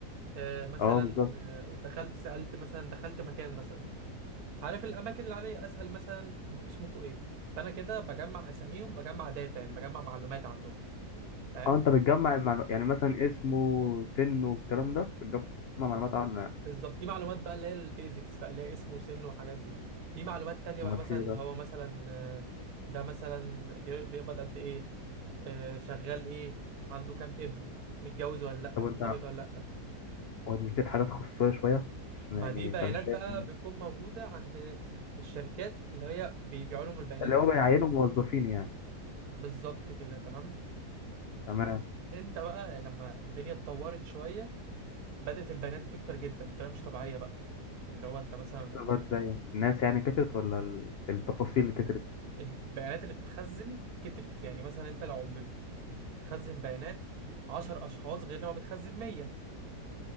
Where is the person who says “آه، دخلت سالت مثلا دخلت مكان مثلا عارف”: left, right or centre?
Right